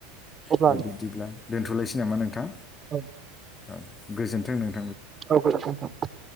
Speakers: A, on the right; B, on the left.
A: अब्ला
B: दा बिदिब्ला दोनथ'लायसै नामा नोंथां
A: औ
B: ओ गोजोनथों नों
A: औ गोजोन्थों नोंथां